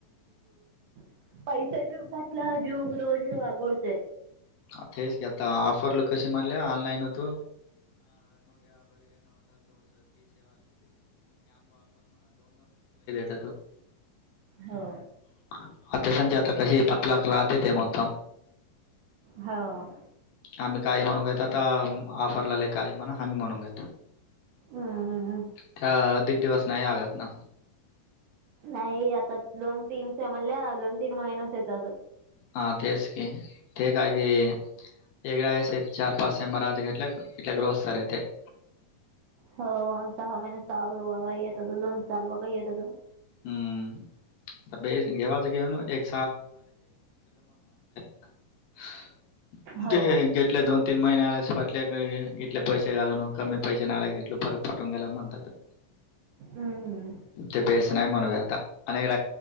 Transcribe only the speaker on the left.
आ तेच की आता ऑफर <unintelligible> कशी म्हणले ऑनलाईन होतो. <unintelligible> <unintelligible>
<unintelligible>
आम्ही काय म्हणून घेतो आता ऑफरलाले काय म्हणा आम्ही म्हणून घेतो.
त्या अधिक दिवस नाही लागत ना.
हा तेच की, <unintelligible> <unintelligible>
हम्म, बे घेवाच घेऊन एक <unintelligible> <unintelligible>
इतले दोन तीन महिने आलेटले का इतले पैसे घाल नू कमी पैसे ना घेतलो परत पाटवून गेला म्हणतात.
ते बेस नाही म्हणवे आता, अनेक